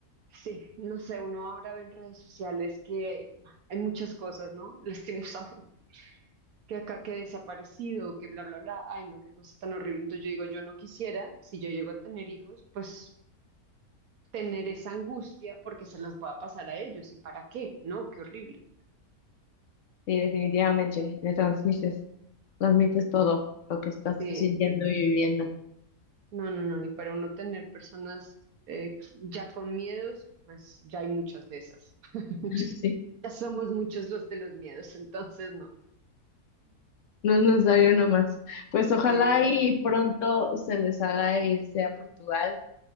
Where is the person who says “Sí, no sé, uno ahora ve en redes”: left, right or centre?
Right